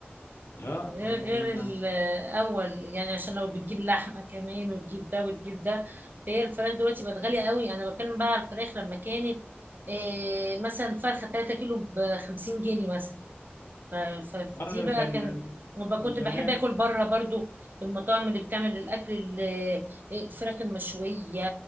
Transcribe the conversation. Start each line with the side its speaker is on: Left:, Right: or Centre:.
Left: اه
Right: غير
Left: انا
Right: غير الاول يعني عشان لو بتجيب لحمه كمان وتجيب ده وتجيب ده فهي الفراخ دلوقتي بقت غاليه قوي انا بتكلم بقى على الفراخ لما كانت إيه مثلا فرخه 3 كيلو ب 50 جنيه مثلا ف- ف- فدي
Left: أنا- اه
Right: بقى
Left: كان
Right: كان وبقى
Left: كان
Right: كنت
Left: زمان
Right: بحب اكل بره برضو المطاعم اللي بتعمل الاكل ال- آه، الفراخ المشويه